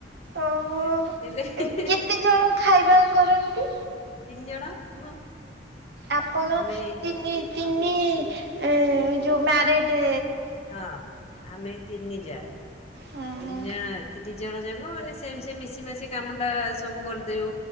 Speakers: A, on the right (about 65°); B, on the left (about 35°).
A: ଓହୋ।
B: ସେତୀ ଲାଗି
A: କେତେ ଜଣ ଖାଇବା କରନ୍ତି।
B: ଜଣ ହଁ
A: ଆପଣ
B: ଆମେ
A: ତିନି ତିନି
B: ହଁ
A: ଏ ଯୋଉ ମ୍ୟାରେଡେ
B: ହଁ ଆମେ ତିିନି ଜା।
A: ହୁଁ
B: ତିନି
A: ହୁଁ
B: ଜଣ ତିନି ଜଣ ଯାକ ମାନେ ସେମ ସେ ମିଶି ମାସିି କାମଟା ସବୁ କରିଦେଉ।